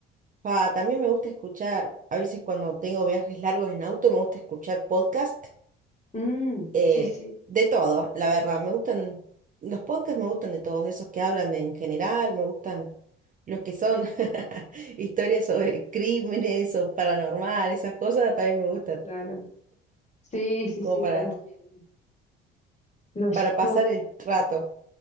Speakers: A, on the right (about 25°); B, on the left (about 20°).
A: Pa, también me gusta escuchar, a veces cuando tengo viajes largos en auto, me gusta escuchar podcast
B: Mm,
A: eh,
B: sí, sí,
A: de todo, la verdad. Me gustan, los podcasts me gustan de todos, de esos que hablan en general, me gustan Los que son <laughs> historias sobre crímenes o paranormal, esas cosas también me gustan,
B: claro. Sí, sí,
A: como
B: sí,
A: para,
B: te entiendo. Los
A: para pasar
B: pod,
A: el rato.